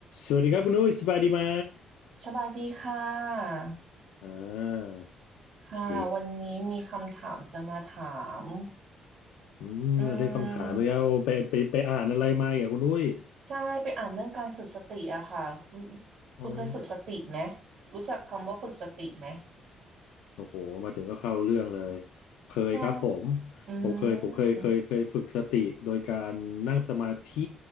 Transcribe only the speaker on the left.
สวัสดีครับคุณอุ้ยสบายดีไหม
อ่า
โอเคอืมเรื่องคำถามไปแล้วไปไปไปอ่านอะไรมาอ่ะคุณอุ้ย
อืม
โอ้โหมาถึงก็เข้าเรื่องเลยเคยครับผม
ผมเคยผมเคยเคยเคยฝึกสติโดยการนั่งสมาธิ